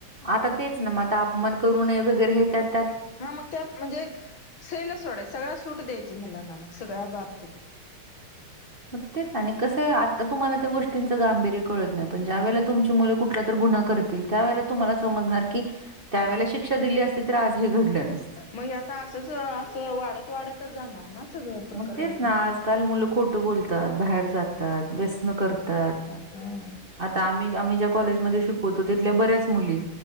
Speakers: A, on the right; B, on the left.
A: आता तेच ना म अपमान करू नये वगैरे हे त्यात.
B: हा मग त्यात म्हणजे सैल सोडय सगळ्या सूट द्यायची मुलाना मग सगळ्या बाबतीत.
A: मग तेच आणि कस आता तुम्हाला त्या गोष्टीचं गांभीर्य कळत नाही पण ज्या वेळेला तुमची. मला कुठला तर गुन्हा करतील त्यावेळेला तुम्हाला समजणार की त्या
B: हा
A: वेळेला शिक्ष. दिली असती तर आज हे घडलं नसत.
B: मग आता असंच असं वाढत वाढतच जाणार ना. सगळं प्रकरण
A: मग तेच ना आजकाल मुलं खोट बोलतात बाहेर जातात व्यसन करतात.
B: हा हा
A: आता आम्ही ज्या आम्ही ज्या कॉलेजमध्ये शिकवतो तिथल्या बऱ्याच मुली.